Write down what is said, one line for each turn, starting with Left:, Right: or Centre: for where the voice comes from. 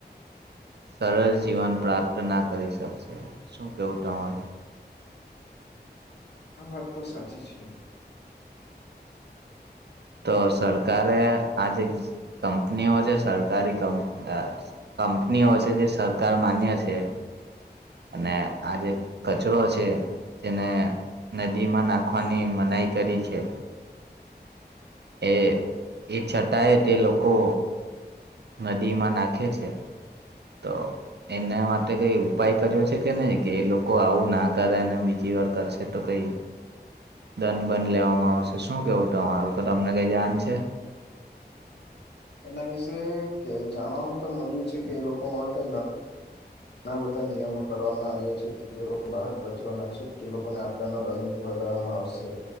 Right: સરસ જીવન પ્રાપ્ત ના કરી શકશે શું કેવું તમારુ.
Left: આ વાત તો સાચી છે.
Right: તો સરકારે આ જે કંપનીઓ છે સરકારી કંપ કંપનીઓ છે જે સરકાર માન્ય છે. અને આજે કચરો છે જેને નદીમાં નાખ. નાખવાની મનાઈ કરી છે. એ એ છતાએ તે લોકો. નદીમાં નાખે છે તો એને માટે કઈ ઉપાય કર્યો છે કે નહી કે એ લોકો આવું ના કરે અને બીજી વાર કરશે તો કઈ દંડ બંધ લેવામાં આવશે શું કેવું તમારું કે તમને કઈ જાાન છે.
Left: એના વિશે જાણવામાં તો મજું છે કે એ લોકો માટે. ઘણા બધા નિયમો કવામાં આવ્યા છે કે જે બહાર કચરો નાખશે તે લોકોને આપણાનો દંડ ભરવામાં આવશે